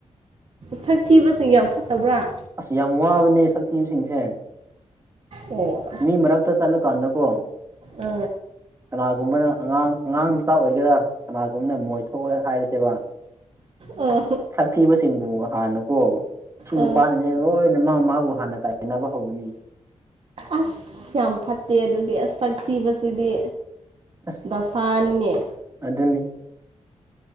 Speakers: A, on the right; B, on the right.
A: ꯁꯛ ꯊꯤꯕꯁꯤꯡ ꯌꯥꯝ ꯐꯠꯇꯕ꯭ꯔꯥ
B: ꯑꯁ ꯌꯥꯝ ꯋꯥꯕꯅꯦ ꯁꯛꯊꯤꯕꯁꯤꯡꯁꯦ
A: ꯑꯣ
B: ꯃꯤ ꯃꯔꯛꯇ ꯆꯇꯂꯥ ꯀꯥꯟ ꯗꯥꯀꯣ
A: ꯑ
B: ꯀꯅꯥꯒꯨꯝꯕꯅ ꯑꯉꯥꯡ ꯑꯉꯥꯡ ꯃꯆꯥ ꯑꯣꯏꯒꯦꯔꯥ ꯀꯅꯥꯒꯨꯝꯕꯅ ꯃꯣꯏꯊꯣꯛꯑꯦ ꯍꯥꯏꯔꯗꯦꯕ
A: ꯑꯥ
B: ꯁꯛꯊꯤꯕꯁꯤꯡꯕꯨ ꯍꯥꯟꯅꯀꯣ ꯁꯤ ꯅꯨꯄꯥꯅꯅꯦ
A: ꯑ
B: ꯂꯣꯏꯅ ꯃꯥ ꯃꯥꯕꯨ ꯍꯥꯟꯅ ꯇꯥꯏꯌꯦꯅꯕ ꯍꯧꯕꯅꯤ
A: ꯑꯁ ꯌꯥꯝ ꯐꯠꯇꯦ ꯑꯗꯨꯗꯤ ꯁꯛ ꯊꯤꯕꯁꯤꯗꯤ
B: ꯑꯁ
A: ꯗꯁꯅꯤꯅꯦ
B: ꯑꯗꯨꯅꯤ